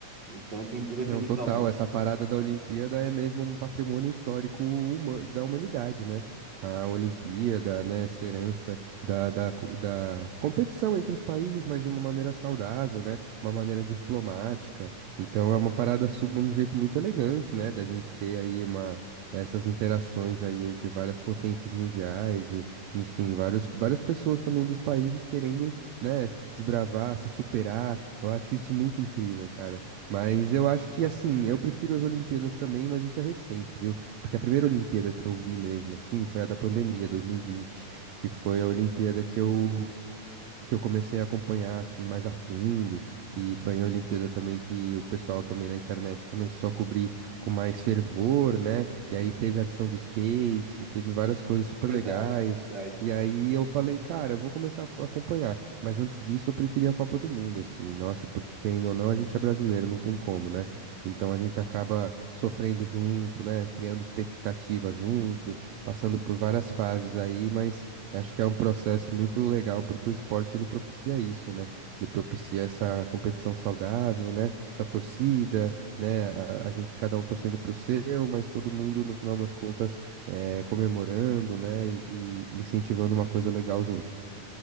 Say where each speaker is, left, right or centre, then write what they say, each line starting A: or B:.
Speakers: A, on the right (about 55°); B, on the right (about 75°).
A: Então tem todo aquele
B: Não, total.
A: clamor,
B: Essa parada da Olimpíada é mesmo um patrimônio histórico huma- da humanidade, né? A Olimpíada, né, essa herança da, da, co- da competição entre os países, mas de uma maneira saudável, né? Uma maneira diplomática. Então é uma parada sub, um jeito muito elegante, né? Da gente ter aí uma, essas interações aí entre várias potências mundiais e, enfim, vários, várias pessoas também dos países querendo, né, desbravar, se superar. Eu acho isso muito incrível, cara. Mas eu acho que, assim, eu prefiro as Olimpíadas também, mas isso é recente, viu? Porque a primeira Olimpíada que eu vi mesmo, assim, foi a da pandemia, 2020, que foi a Olimpíada que eu que eu comecei a acompanhar assim mais a fundo e foi a Olimpíada também que o pessoal também na internet começou a cobrir com mais fervor, né? E aí teve a adição do skate, teve várias coisas super
A: verdade,
B: legais.
A: verdade.
B: E aí eu falei, cara, eu vou começar a acompanhar, mas antes disso eu preferia a Copa do Mundo assim. Nossa, porque querendo ou não, a gente é brasileiro, não tem como, né? Então a gente acaba sofrendo junto, né? Criando expectativa junto, passando por várias fases aí, mas Acho que é um processo muito legal porque o esporte ele propicia isso, né? Ele propicia essa competição saudável, né? Essa torcida, né? A, a gente cada um torcendo pro seu, mas todo mundo no final das contas eh, comemorando, né? E, e incentivando uma coisa legal juntos.